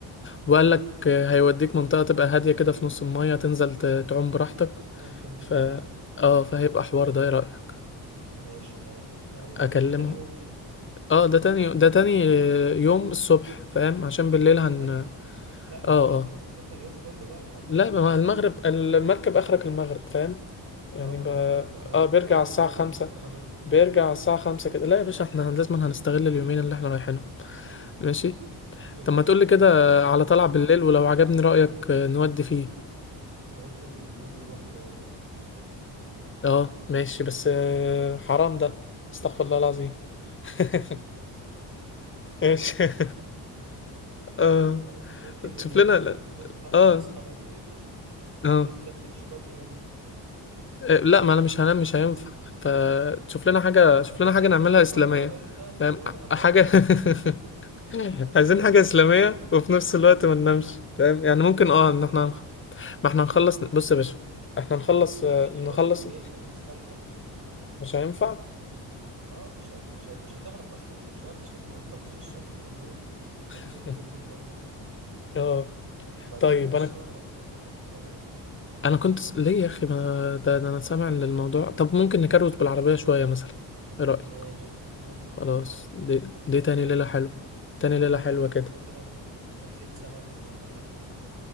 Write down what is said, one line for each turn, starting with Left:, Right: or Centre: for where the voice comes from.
Left: وقال لك هيوديك منطقة تبقى هادية كده في نص المية تنزل ت... تعوم براحتك
Right: سنوركينج
Left: ف
Right: وبتاع
Left: اه فهيبقى حوار ده ايه رأيك
Right: ماشي موافق ده اول
Left: اكلمهم
Right: يوم ده تاني يوم يعني
Left: اه ده تاني ده تاني يوم الصبح فاهم عشان
Right: تاني
Left: بالليل
Right: يوم
Left: هن
Right: المركب
Left: اه
Right: لا ما
Left: اه
Right: هي المركب هتاخدنا اليوم كله بقى لحد
Left: لا
Right: الغروب
Left: ما هو المغرب المركب اخرك المغرب فاهم يعني
Right: اه ما
Left: ب...
Right: ه- هن- هنخرج
Left: اه بيرجع
Right: نعمل
Left: على الساعة
Right: ايه بقى
Left: خمسة
Right: بعد الفرهدة دي
Left: بيرجع على الساعة خمسة كده لا يا باشا احنا لازم هنستغل اليومين اللي احنا رايحينهم ماشي
Right: رجعنا
Left: طب ما تقولي كده على طلعة بالليل ولو عجبني رأيك آه، نودي فيه
Right: ممكن بالليل نروح بار
Left: اه ماشي بس آه، حرام ده استغفر الله العظيم <laughs> ماشي <laughs> اه
Right: خلاص ممكن ننام
Left: تشوف لنا لا.
Right: ونصحى
Left: اه
Right: ونصحى بدري
Left: اه
Right: نركب بيتش باجي مثلا
Left: آه، لا ما انا مش هنام مش هينفع فتشوف لنا حاجة شوف
Right: يعني ممكن
Left: لنا حاجة
Right: انت
Left: نعملها
Right: تفضل
Left: إسلامية
Right: سهران انت
Left: فاهم
Right: وانا هنام
Left: ع- حاجة
Right: <laughs>
Left: <laughs>
Right: ونصحى نروح
Left: عايزين
Right: نركب
Left: حاجة إسلامية
Right: بيتش باجي
Left: وفي نفس الوقت ما ننامش فاهم يعني ممكن
Right: بيتش
Left: اه
Right: باجي
Left: ان احنا
Right: يعني
Left: ما احنا نخلص بص يا باشا احنا نخلص
Right: مفيش
Left: آه،
Right: بيتش
Left: نخلص
Right: باجي بالليل مش هتستمتع
Left: مش هينفع
Right: اه مش هت... مش, هت... مش هتعرف اصلا مش هتعرف تسوق وانت تعرف تسوق الصبح في النور ما
Left: <laughs>
Right: تسوق بالليل في الضلمه
Left: اه
Right: بعدين
Left: طيب
Right: مفيش
Left: انا
Right: صور عدله مش هتاخد صور عدله
Left: انا كنت س- ليه يا اخي ما ده, ده انا سامع للموضوع طب ممكن نكروت بالعربية شوية مثلا ايه رأيك
Right: ماشي ممكن
Left: خلاص
Right: دي فعلا
Left: دي دي
Right: دي
Left: تاني
Right: حلوه
Left: ليلة حلوة تاني
Right: وننزل
Left: ليلة حلوة
Right: ناكل
Left: كده
Right: مثلا أكلة سمك في مكان مشهور